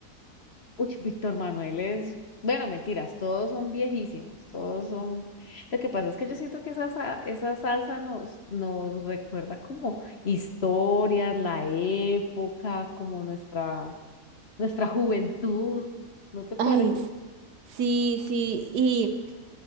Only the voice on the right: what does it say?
Ay, s- sí, sí. Y